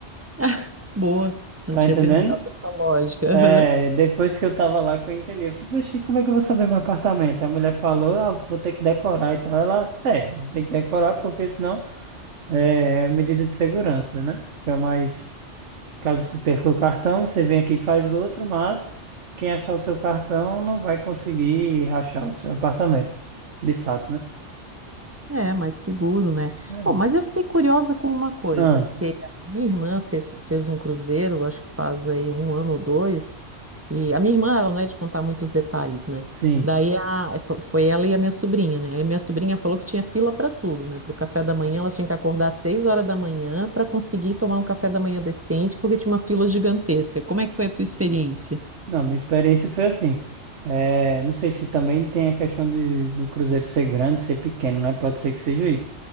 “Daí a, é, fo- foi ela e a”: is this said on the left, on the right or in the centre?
Right